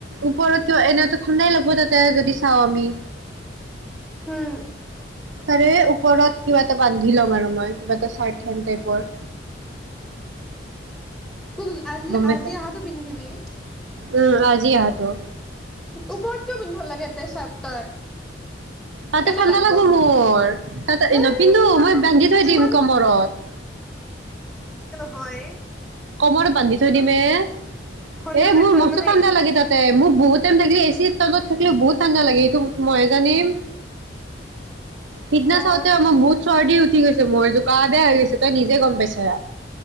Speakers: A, on the right; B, in the centre.
A: ওপৰতো এনে ঠাণ্ডাই লাগিব, তাতে যদি চাওঁ আমি।
B: হ'ম
A: তাৰে ওপৰত কিবা এটা বান্ধি ল'ম আৰু হয় কিবা এটা চাৰ্ট হেন টাইপৰ।
B: ক আজি
A: গম পাইছা
B: আজি আহাটো পিন্ধিবি?
A: উম' আজি আহাতো
B: ওপৰত কিয় পিন্ধিব লাগে এতে চাৰ্ট তই?
A: তাতে
B: কেনে
A: ঠাণ্ডা
B: লাগব
A: লাগিব মোৰ, তাতে
B: এই
A: নিপিন্ধো
B: ইমানো
A: মই বান্ধি থৈ
B: ইমান
A: দিম কমৰত।
B: হয়
A: কমৰত বান্ধি থৈ দিম এ,
B: হ'লেও
A: এ মোৰ
B: দেচোন
A: মষ্ট
B: মানে
A: ঠাণ্ডা লাগে তাতে মোক বহুত টাইম থাকিলে এ চি। টাইমত থাকিলেও বহুত ঠাণ্ডা লাগে, এইটো মই জানিম। সিদিনা
B: অ
A: চাওঁতেও মোৰ বহুত চৰ্দি উঠি গৈছে মোৰ সেইটো কাৰণে আনিছোঁ। তই নিজে গম পাইছা।